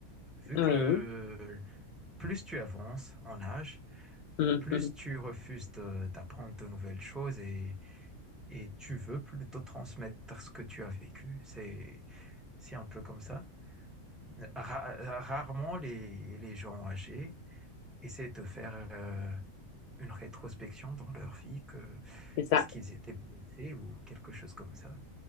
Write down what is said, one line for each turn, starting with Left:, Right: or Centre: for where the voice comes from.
Centre: vu
Left: oui,
Centre: que plus tu avances en âge,
Left: <laughs>
Centre: plus tu refuses de- d'apprendre de nouvelles choses et, et tu veux plutôt transmettre ce que tu as vécu. C'est, c'est un peu comme ça. Ra- rarement les, les gens âgés essayer de te faire euh, une rétrospection dans leur vie, que
Left: c'est ça.
Centre: est-ce qu'ils étaient blessés ou quelque chose comme ça.